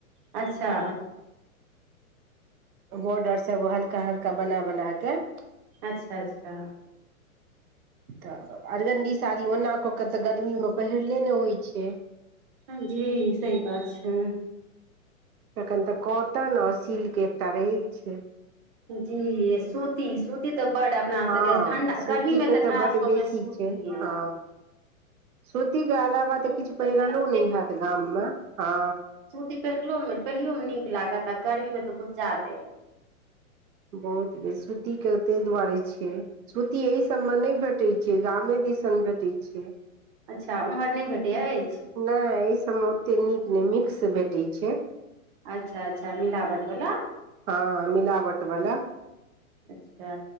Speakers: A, on the right; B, on the right.
A: अच्छा
B: बोर्डरसब हल्का हल्का बना बना कऽ
A: अच्छा अच्छा
B: तऽ अरगणडी साड़ी ओना कऽ के तऽ गर्मीमे पहिरले नहि होइत छै
A: हँ जी सही बात छै
B: तखन तऽ कॉटन आओर सिल्क एकटा रहै छै
A: जी सूती सूती तऽ बड अपना
B: हँ
A: सबके ठंडा
B: सूतीके
A: गर्मी मे
B: तऽ
A: खास
B: बड्ड
A: कऽ
B: बेसी
A: के सूतिये
B: छै हँ सूतीके अलावा
A: सूती
B: तऽ किछु पहिरलो
A: हमरा
B: नहि हैत गाममे हँ
A: पेरलो मे पढ़िययो मे नीक लागत आ गर्मी मे तऽ कछु जादे
B: बहुत बे सूतीके ताहि दुआरे छियै सूती एहिसभमे नहि भेटैत छैै गामे दिसन भेटैत छै
A: अच्छा ओम्हर नहि भेटैत अछि
B: नहि एहि सभमे ओतेक नीक नहि मिक्स भेटै छै
A: अच्छा अच्छा मिलावट बला
B: हँ मिलावट बलाा
A: अच्छा